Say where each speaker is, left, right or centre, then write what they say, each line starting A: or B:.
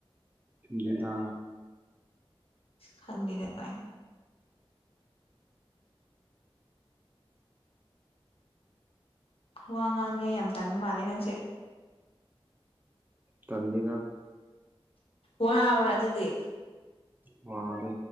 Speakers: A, on the right; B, on the left.
A: ꯒꯦꯗ
B: ꯈꯪꯗꯤꯗ ꯇꯦ ꯋꯥ ꯉꯥꯡꯅꯤꯡꯉꯥꯏ ꯌꯥꯝ ꯇꯥꯏꯝ ꯃꯥꯜꯂꯦ ꯉꯪꯁꯦ
A: ꯆꯗꯤꯅ
B: ꯋꯥ ꯍꯥꯕ꯭ꯔꯥ ꯑꯗꯨꯗꯤ
A: ꯃꯥꯔ